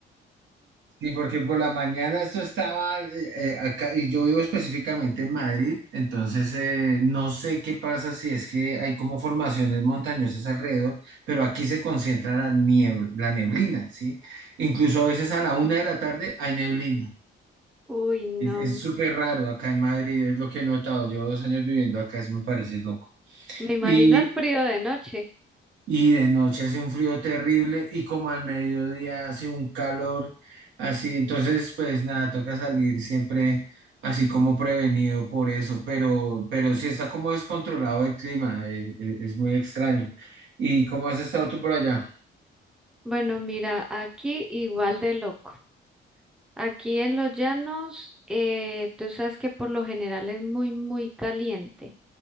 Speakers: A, on the right (about 70°); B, in the centre.
A: Sí, porque por la mañana esto estaba eh, eh, acá, y yo vivo específicamente en Madrid, entonces eh, no sé qué pasa si es que hay como formaciones montañosas alrededor, pero aquí se concentra la niebla, la neblina, ¿sí? Incluso a veces a la una de la tarde hay neblina.
B: Uy, no,
A: Es es súper raro acá en Madrid, es lo que he notado. Llevo dos años viviendo acá, eso me parece loco.
B: me imagino
A: Y,
B: el frío de noche.
A: y de noche hace un frío terrible y como al mediodía hace un calor así. Entonces, pues nada, toca salir siempre así como prevenido por eso, pero, pero sí está como descontrolado el clima, eh, eh, es, muy extraño. ¿Y cómo has estado tú por allá?
B: Bueno, mira, aquí igual de loco. Aquí en los llanos, eh, tú sabes que por lo general es muy, muy caliente.